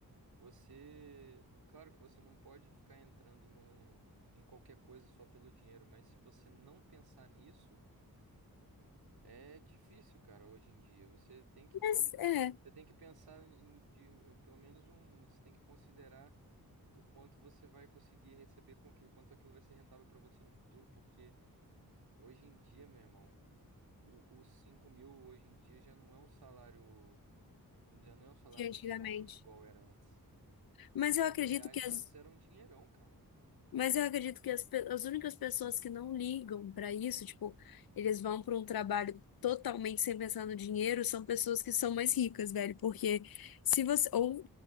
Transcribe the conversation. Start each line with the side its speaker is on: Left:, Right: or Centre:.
Right: você, claro que você não pode ficar entrando num, em qualquer coisa só pelo dinheiro, mas se você não pensar nisso, é difícil, cara, hoje em dia. Você tem que
Left: Mas
Right: também,
Left: é,
Right: você tem que pensar em, de, eh, pelo menos um, você tem que considerar o quanto você vai conseguir receber com aquilo, quanto aquilo vai ser rentável para você no futuro, porque hoje em dia, meu irmão. O, os cinco mil hoje em dia já não é um salário, já não é um salário
Left: de antigamente.
Right: muito bom igual era antes. cinco
Left: Mas eu acredito
Right: mil reais
Left: que as,
Right: antes era um dinheirão, cara.
Left: mas eu acredito que as, pe- as únicas pessoas que não ligam para isso, tipo, eles vão para um trabalho totalmente sem pensar no dinheiro, são pessoas que são mais ricas, velho, porque se você ou